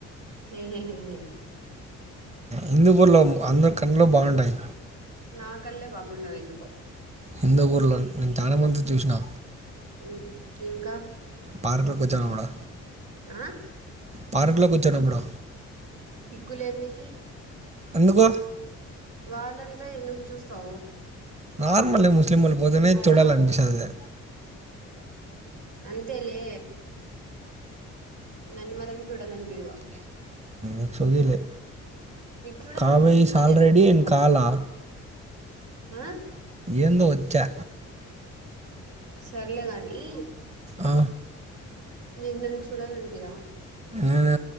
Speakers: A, on the right (about 80°); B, on the right (about 20°).
A: <unintelligible>
B: హిందూపుర్లో అందరి కన్లూ బాన్ టాయి
A: నా కల్లే బాగుండవు ఎందుకో
B: హిందూ ఊర్లో నేను చానా మంది నీ చూసినా
A: ఉ ఇంకా
B: పార్క్లోకి వచ్చేటప్పుడు
A: ఆ
B: పార్ట్లో కూర్చోనుప్పుడు
A: సిగ్గులేదు నీకి
B: ఎందుకు
A: వాళ్ళంతా ఎందుకు చూస్తావు
B: నార్మల్ ముస్లిలీములు పోతునే
A: హరాం
B: చుడల్ అనిపిస్తాది
A: అంతే లే నన్నీ మాత్రం చూడాలనిపిదు
B: ఉ సోగిలి
A: నీకు చూడాలనిపిస్తుందా
B: కావ్య ఇస్ ఆల్రెడీ
A: లేదా నన్ను
B: ఇన్ కాలా
A: ఆ
B: ఏందో వచ్చా
A: సర్లే గాని
B: ఆ,
A: నీకు నన్ను చూడాలనిపిదా
B: నేను